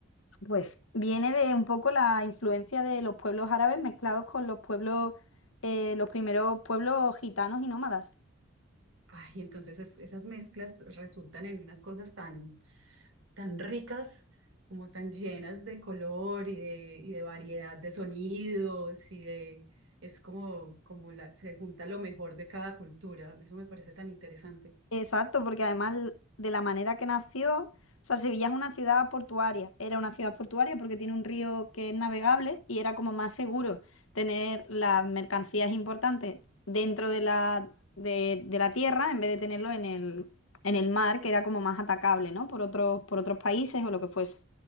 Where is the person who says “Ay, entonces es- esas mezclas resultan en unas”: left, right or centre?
Right